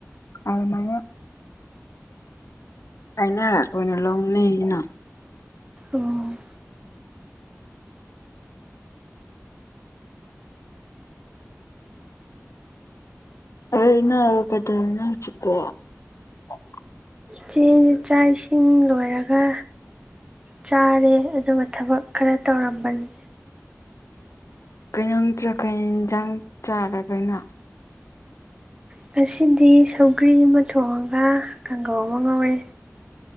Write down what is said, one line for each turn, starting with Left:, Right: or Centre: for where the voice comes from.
Left: ꯑꯗꯨꯃꯥꯏꯅ ꯍꯥꯏꯅꯔ ꯑꯣꯏꯅ ꯂꯧꯅꯩꯅ
Right: ꯎꯝ
Left: <unintelligible>
Right: ꯆꯦ ꯑꯩꯖꯦ ꯆꯥꯛ ꯏꯁꯤꯡ ꯂꯣꯏꯔꯒ ꯆꯥꯔꯦ ꯑꯗꯨꯒ ꯊꯕꯛ ꯈꯔ ꯇꯧꯔꯝꯕꯅꯤ
Left: <unintelligible>
Right: ꯉꯁꯤꯗꯤ ꯁꯧꯒ꯭ꯔꯤ ꯑꯃ ꯊꯣꯡꯉꯒ ꯀꯥꯡꯒꯧ ꯑꯃ ꯉꯧꯔꯦ